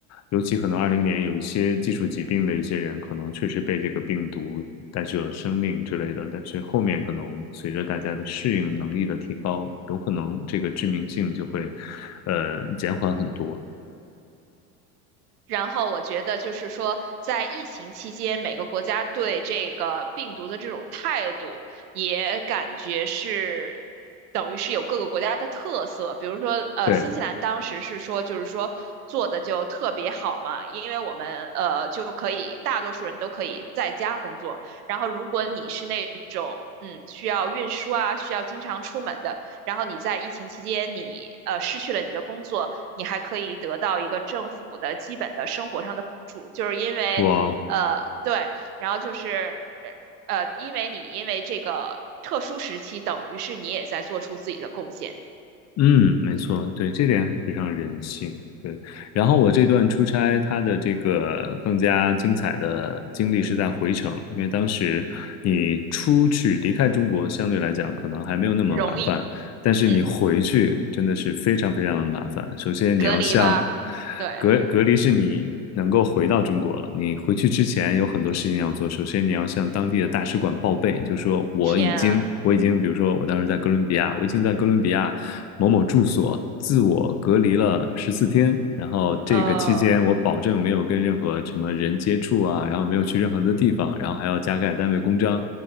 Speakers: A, on the left; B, on the right.
A: 尤其可能二零年有一些基础疾病的一些人，可能确实被这个病毒带去了生命之类的，但是后面可能随着大家的适应能力的提高，有可能这个致命性就会，呃，减缓很多。
B: 然后我觉得就是说，在疫情期间，每个国家对这个病毒的这种态度，也感觉是等于是有各个国家的特色。比如说，呃，
A: 对，
B: 新西兰当时是说，就是说做的就特别好嘛，因为我们呃就可以大多数人都可以在家工作。然后，如果你是那种嗯需要运输啊，需要经常出门的，然后你在疫情期间你呃失去了你的工作。你还可以得到一个政府的基本的生活上的补助，就是因为，
A: 哇，
B: 呃，对，然后就是，呃，因为你因为这个特殊时期，等于是你也在做出自己的贡献，
A: 嗯，没错，对，这点非常人性。对，然后我这段出差，它的这个更加精彩的经历是在回程，因为当时你出去离开中国，相对来讲可能还没有那么麻烦，
B: 容易，
A: 但是你回去真的是非常非常的麻烦。
B: 嗯，
A: 首先你要像
B: 隔离吧，对，
A: 隔隔离是你能够回到中国了，你回去之前有很多事情要做。首先你要向当地的大使馆报备，就说我已经我已经，
B: 天啊，
A: 比如说我当时在哥伦比亚，我已经在哥伦比亚。某某住所自我隔离了十四天，然后这个期间我保证没有跟任何什么人接触啊，
B: 呃，<laughs>
A: 然后没有去任何的地方，然后还要加盖单位公章，